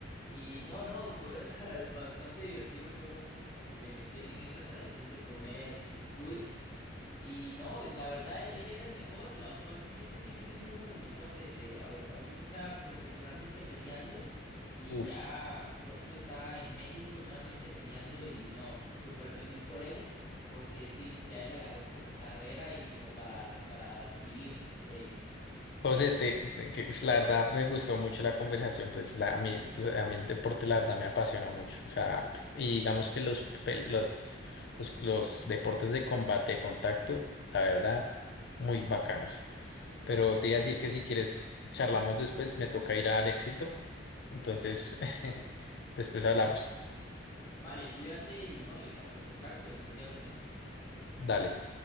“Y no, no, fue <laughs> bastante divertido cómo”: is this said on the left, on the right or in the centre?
Left